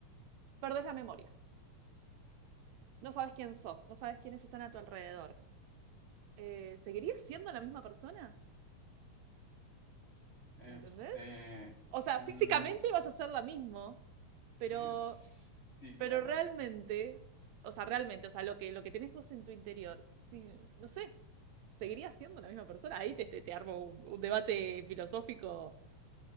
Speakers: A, on the right (about 75°); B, on the left (about 35°).
A: perdés la memoria, no sabes quién sos, no sabes quiénes están a tu alrededor, eh, ¿seguirías siendo la misma persona?
B: Este,
A: ¿Entendés? O sea,
B: mm,
A: físicamente vas a ser la misma, pero,
B: <laughs> sí,
A: pero
B: claro,
A: realmente, o sea, realmente, o sea, lo que, lo que tenés vos en tu interior, sí, no sé, ¿seguirías siendo la misma persona? Ahí te, te, te armo un, un debate filosófico